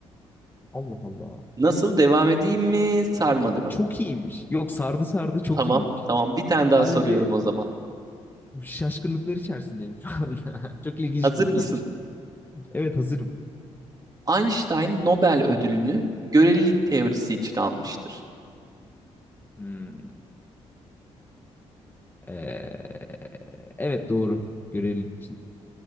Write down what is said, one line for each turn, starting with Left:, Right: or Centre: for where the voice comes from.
Left: Allah Allah.
Right: Nasıl devam edeyim mi? Sarmadı
Left: E,
Right: mı?
Left: Çok iyiymiş. Yok sardı sardı çok
Right: Tamam.
Left: iyiymiş.
Right: Tamam. Bir tane daha
Left: Sadece
Right: soruyorum o zaman.
Left: şaşkınlıklar içerisindeyim şu anda. <laughs> Çok ilginç
Right: <laughs> Hazır
Left: bilgiymiş.
Right: mısın?
Left: Tamam. Evet hazırım.
Right: Einstein Nobel ödülünü görelilik teorisi için almıştır.
Left: Hmm, ee, evet doğru. Görevlilik için.